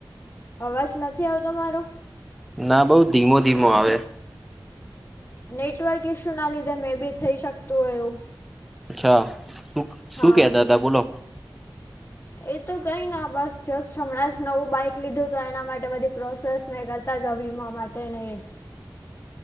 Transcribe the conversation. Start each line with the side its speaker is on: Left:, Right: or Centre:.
Left: અવાજ નથી આવતો મારો
Centre: ના બઉ ધીમો ધીમો આવે
Left: નેટવર્ક ઈસ્યુના લીધે મેં બી થઈ શકતું એવું
Centre: અચ્છા શું શું
Left: હા.
Centre: કતા હતા બોલો
Left: એ તો કઈ ના બસ જસ્ટ હમણાં જ નવું બાઈક લીધું તો એના માટે બધી પ્રોસેસ નહી કર તાજા વીમા માટે નહીં